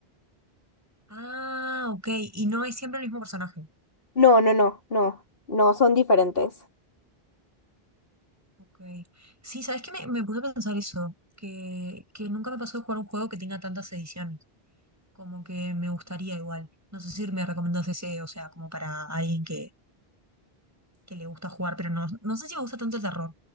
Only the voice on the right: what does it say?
Ah, ok. Y no es siempre el mismo personaje.
Ok. Sí, ¿sabes qué? Me, me puse a pensar eso, que, que nunca me pasó de jugar un juego que tenga tantas ediciones. Como que me gustaría igual. No sé si me recomendás ese, o sea, como para alguien que, que le gusta jugar, pero no, no sé si me gusta tanto el terror.